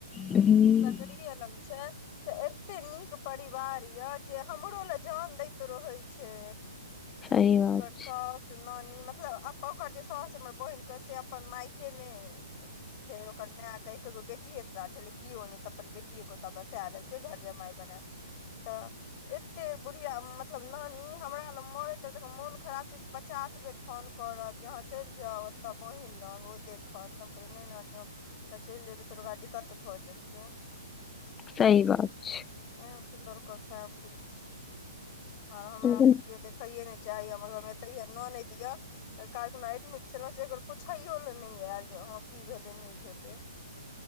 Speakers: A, on the left; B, on the left.
A: हूँ
B: सकड़ीये लंग छै से एते नीक परिवार यऽ जे हमरो लए जान दैत रहैत छै।
A: सही बात
B: ओकर साउस
A: छै
B: नानी मतलब ओकर जे साउस हमर बहिनक से अपन मायके मे से ओकर माय के एकेगो बेटीये टा छलै कियो नय तऽ अपन बेटीये के ओत्ता बसा ले। के घर जमाइ बने क तऽ। एतेक बुढ़िया मतलब नानी हमरा लग मरैत रहत एखन मोन खराब छै से पचास बेर फोन करत जहाँ चलि जाउ ओतऽ बान्हिन लग ओ देखत तऽ हम कहलियै नय नानी हम ओतऽ चलि जेबै तऽ फेर ओकरा दिकत भऽ जेतै।
A: सही बात छै।
B: एहेन सुन्दर ओकर फैमिली छै आर हमरा
A: लेकिन
B: तऽ कियो देख इये नय चाहै यऽ हमर घरमे एतैयो ननैद यऽ तऽ काइल खुना एडमिट छलहुँ से एक बेर पुछैयो लेऽ नय आयल जे हँ की भेलै नय भेलै